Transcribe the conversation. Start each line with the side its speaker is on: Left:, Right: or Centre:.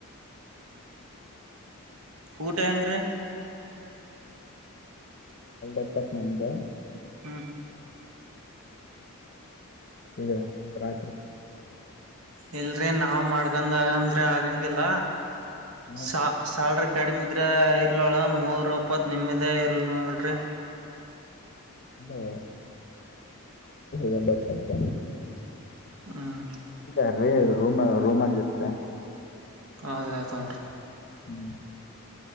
Right: ಊಟ ಹೆಂಗ್ರಿ
Left: ಇಪ್ಪತ್ತೊಂದ.
Right: ಹ್.
Left: ಈಗ ರಾತ್ರಿ
Right: ಇಲ್ರಿ ನಾವ ಮಾಡ್ಕಂದಾಗಂದ್ರೆ ಆಗಂಗಿಲ್ಲ.
Left: ಹ
Right: ಸಾ ಸಾಲ್್ರಿ ಕಡಿಮಿದ್ರೆ ಇರ್ಲಳ ಮೂರ್ ಓಪತ್ ನಿಮದೇ ಇರ್ಲಲ್ಿ.
Left: ಹಲೋ ಹೇಳಪ್ಪ ಅಂತ
Right: ಹ್ಮ್.
Left: ಏನ್ರಿ ರೂಮ ರೂಮಲ್ಲಿ ಇರ್ತೀರಾ.
Right: ಆಧ ಆಯತಳರಿ.
Left: ಹ್ಮ್